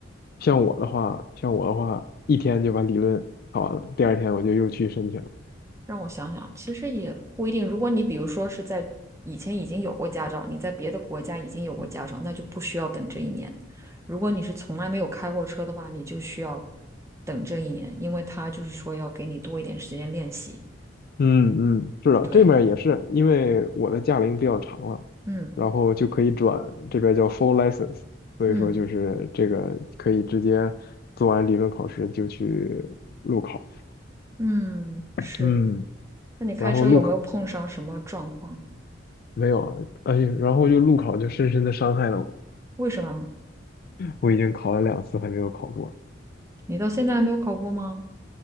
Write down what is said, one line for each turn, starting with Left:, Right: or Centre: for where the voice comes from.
Left: 像我的话，像我的话，一天就把理论考完了，第二天我就又去申请了
Right: 让我想想，其实也不一定。如果你比如说是在以前已经有过驾照，你在别的国家已经有过驾照，那就不需要等这一年。如果你是从来没有开过车的话，你就需要等这一年，因为他就是说要给你多一点时间练习。
Left: 嗯嗯，是的，
Right: 对，
Left: 这边儿也是，因为我的驾龄比较长了，
Right: 嗯
Left: 然后就可以转，这边儿叫 full license，所以说就是这个可以直接做完理论考试就去路考。
Right: 嗯嗯，是。
Left: 嗯，
Right: 那你开车有没有碰上什么状况？
Left: 然后路考。没有啊，而且然后就路考就深深的伤害了我，
Right: 为什么啊？
Left: 我已经考了两次还没有考过，
Right: 你到现在还没有考过吗？